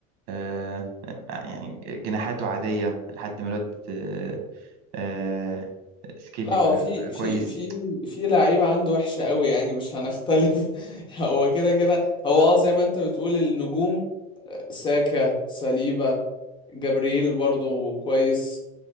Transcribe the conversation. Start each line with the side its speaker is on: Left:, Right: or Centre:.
Right: آه آه، يعني جناحاته عادية لحد ما الواد آه آه سكيلي
Left: لا هو
Right: بقى,
Left: في
Right: بقى كويس
Left: في في في لعيبة عنده وحشة قوي يعني مش هنختلف <laughs> هو كده كده هو اه زي ما انت بتقول النجوم ساكا ساليبا جابرييل برضو كويس